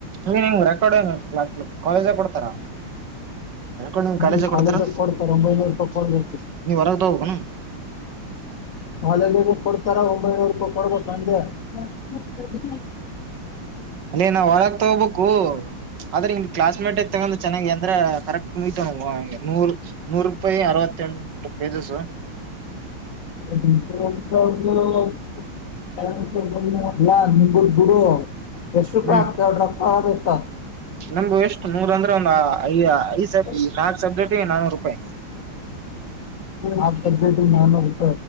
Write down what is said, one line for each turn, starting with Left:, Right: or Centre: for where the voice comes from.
Right: ನೀನ್ಂಗ ರೆಕಾರ್ಡ್ ಏನು ಕಾಲೇಜ ಕೊಡ್ತಾರ ರೆಕಾರ್ಡ್ ನಿಮ್
Left: ಹ್ಮ್
Right: ಕಾಲೇಜ
Left: ಕಾಲೇಜಕ್
Right: ಕೊಡ್ತಾರ
Left: ಕೊಡ್ತಾರೆ ಒಂಬೈನೂರು ರೂಪಾಯಿ ಕೊಡ್ಬೇಕತ್ತು
Right: ನೀವ್ ಹೊರಗ್ ತಗೋಬೇಕನು
Left: ಕಾಲೇಜಿಗೆ ಕೊಡ್ತಾರ ಒಂಬೈನೂರು ರೂಪಾಯಿ ಕೊಡ್ಬೇಕ ಅಂದೆ ಬ್ಯಾಕ್ ಬುಕ್ ಸ್ಟಡಿ
Right: ಅಲ್ಲೇ ನಾವ್ ಹೊರಾಗ ತಗೋಬೇಕು ಆದ್ರೆ ನಿಮ್ದ್ ಕ್ಲಸ್ ಮೇಟಟ್ ತಗೊಂಡ್ ಚೆನ್ನಾಗಿ ಅಂದ್ರ ಕರೆಕ್ಟ್ ಕುಂಬ್ಿತತ ನವು ನೂರು ನೂರು ರೂಪಾಯಿ ಅರವತ್ತೆಂಟು ರೂಪಾಯಿದುಸ
Left: <unintelligible> ಗುಡು ಎಷ್ಟುುಖ
Right: ಹ್ಮ್
Left: ಆಗ್ತ ಡಾಕ್ಟರ್ ಆದ ಎಷ್ಟು ಆಗ್ತದೆ
Right: ನಮ್ದು ಎಷ್ಟು ನೂರ್ ಅಂದ್ರೆ ಒಂದ್ ಐ ಐದ್ ಸಬ್
Left: <unintelligible>
Right: ನಾಲ್ಕ್ ಸಬ್ಜೆಕ್ಟಿಗೆ ನಾನೂರು ರೂಪಾಯಿ
Left: ಹಟ ನನ ತ್ತ